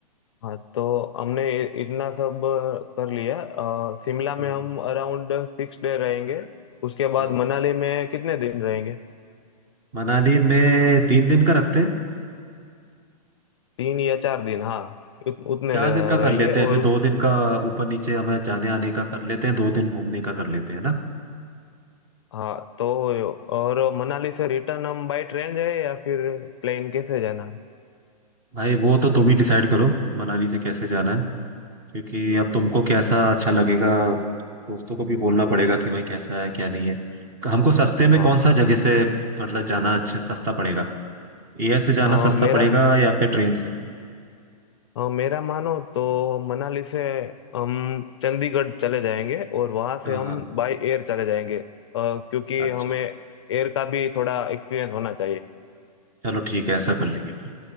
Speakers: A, on the left (about 45°); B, on the right (about 15°).
A: हाँ तो हमने इ- इतना सब अ, कर लिया अ, शिमला में
B: हम्म,
A: हम अराउंड सिक्स डे रहेंगे उसके
B: हाँ
A: बाद मनाली में कितने दिन रहेंगे
B: मनाली में तीन दिन का रखते हैं
A: तीन या चार दिन हाँ उत, उतने
B: चार
A: ले-
B: दिन का
A: रहेंगे
B: कर लेते हैं
A: और
B: फिर दो दिन का ऊपर नीचे हमें जाने आने का कर लेते हैं दो दिन घूमने का कर लेते हैं ना
A: हाँ तो और मनाली से रिटर्न हम बाई ट्रेन जाए या फिर प्लेन कैसे जाना है
B: भाई वो तो तुम ही डिसाइड करो मनाली से कैसे जाना है क्योंकि अब तुमको कैसा अच्छा लगेगा दोस्तों को भी बोलना पड़ेगा कि भाई कैसा है क्या नहीं है हमको सस्ते में
A: हाँ
B: कौन सा जगह से मतलब जाना अच्छा सस्ता पड़ेगा एयर से जाना
A: अ,
B: सस्ता
A: मेरा
B: पड़ेगा या फिर ट्रेन से
A: अ, मेरा मानो तो मनाली से हम चंडीगढ़ चले जाएंगे और वहाँ
B: हाँ
A: से हम
B: हाँ
A: बाई एयर चले जाएंगे अ, क्योंकि
B: अच्छा
A: हमें एयर का भी थोड़ा एक्सपीरियंस होना चाहिए
B: चलो ठीक है ऐसा कर लेंगे फिर